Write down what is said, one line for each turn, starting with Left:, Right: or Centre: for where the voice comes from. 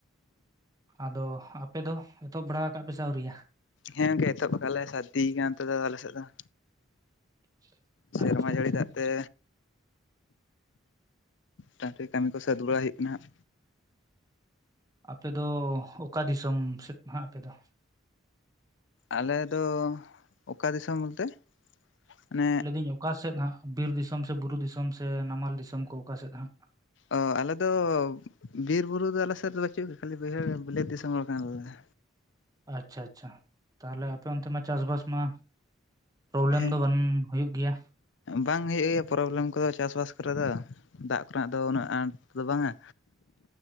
Right: ᱟᱫᱚ ᱟᱯᱮ ᱫᱚ ᱮᱛᱚᱦᱚᱵ ᱵᱟᱲᱟ ᱟᱠᱟᱫ ᱯᱮ ᱥᱮ ᱟᱹᱣᱨᱤᱭᱟᱜᱼᱟ?
Left: ᱦᱮᱸ ᱜᱚᱝᱠᱮ ᱮᱛᱚᱦᱚᱵ ᱟᱠᱟᱫᱞᱮ ᱥᱟᱹᱨᱫᱤ ᱠᱟᱱᱟ ᱟᱞᱮ ᱥᱮᱫ ᱫᱚᱺ
Right: <unintelligible>
Left: ᱥᱮᱨᱢᱟ ᱡᱟᱹᱲᱤ
Right: ᱟᱪᱪᱷᱟ
Left: ᱫᱟᱜ ᱛᱮ <unintelligible> ᱠᱟᱹᱢᱤ ᱠᱚ ᱥᱟᱹᱛ ᱵᱟᱲᱟ ᱦᱳᱭ ᱠᱟᱱᱟ ᱦᱟᱸᱜ᱾
Right: ᱟᱯᱮ ᱫᱚ ᱚᱠᱟ ᱫᱤᱥᱚᱢ ᱥᱮᱫ ᱦᱟᱸᱜ ᱟᱯᱮ ᱫᱚ?
Left: ᱟᱞᱮ ᱫᱚ ᱚᱠᱟ ᱫᱤᱥᱚᱢ ᱵᱚᱞᱛᱮ? ᱢᱟᱱᱮ
Right: ᱞᱟᱹᱭᱫᱟᱹᱧ ᱚᱠᱟ ᱥᱮᱫ ᱦᱟᱸᱜ ᱵᱤᱨ ᱫᱤᱥᱚᱢ ᱥᱮ ᱵᱩᱨᱩ ᱫᱤᱥᱚᱢ ᱥᱮ ᱱᱟᱢᱟᱞ ᱫᱤᱥᱚᱢ ᱠᱚ ᱚᱠᱟ ᱥᱮᱫ ᱦᱟᱸᱜ?
Left: ᱚᱻ ᱟᱞᱮᱫᱚ ᱵᱤᱨ ᱵᱩᱨᱩ ᱫᱚ ᱟᱞᱮ ᱥᱮᱫ ᱫᱚ ᱵᱟᱹᱪᱩᱜᱼᱟ ᱠᱷᱟᱹᱞᱤ ᱵᱟᱹᱭᱦᱟᱹᱲ ᱵᱤᱞᱟᱛ ᱫᱤᱥᱚᱢ ᱦᱚᱲ ᱠᱟᱱᱟᱞᱮ ᱟᱞᱮᱫᱚ᱾
Right: ᱟᱪᱪᱷᱟ ᱟᱪᱪᱷᱟ ᱛᱟᱦᱞᱮ ᱟᱯᱮ ᱚᱱᱛᱮ ᱢᱟ ᱪᱟᱥᱵᱟᱥ ᱢᱟ ᱯᱨᱚᱵᱞᱮᱢ
Left: ᱦᱮᱸ
Right: ᱫᱚ ᱵᱟᱝ ᱦᱩᱭᱩᱜ ᱜᱮᱭᱟ᱾
Left: ᱵᱟᱝ ᱦᱩᱭᱩᱜ ᱜᱮᱭᱟ ᱯᱨᱚᱵᱞᱮᱢ ᱠᱚᱫᱚ ᱪᱟᱥᱵᱟᱥ ᱠᱚᱨᱮ ᱫᱚ᱾ ᱫᱟᱜ ᱠᱚᱨᱮᱱᱟᱜ ᱫᱚ ᱩᱱᱟᱹᱜ ᱟᱱᱟᱴ ᱫᱚ ᱵᱟᱝᱼᱟ᱾